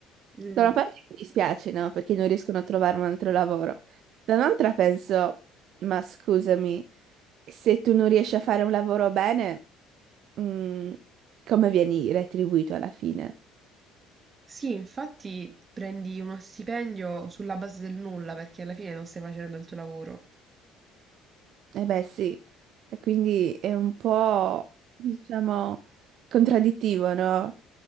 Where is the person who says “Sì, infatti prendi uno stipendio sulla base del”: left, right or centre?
Right